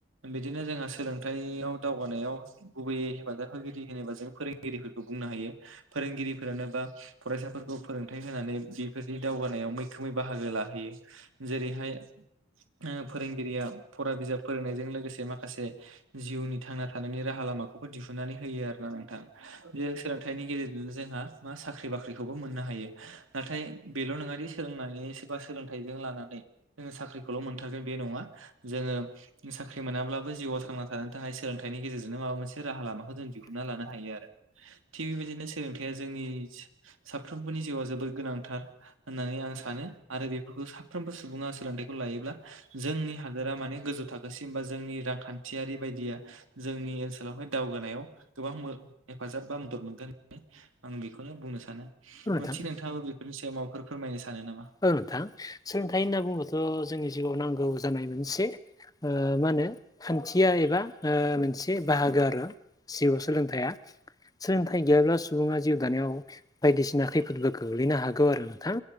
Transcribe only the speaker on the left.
नोंथां
औ नोंथां सोलोंथाइ होनना बुङोबाथ' जोंनि जिउआव नांगौ जानाय मोनसे ओ मा होनो खान्थिया एबा ओ मोनसे बाहागो आरो जिउआव सोलोंथाइया। सोलोंथाइ गैयाब्ला सुबुङा जिउ दानायाव बायदिसिना खैफोदबो गो-गोग्लैनो हागौ आरो नोंथां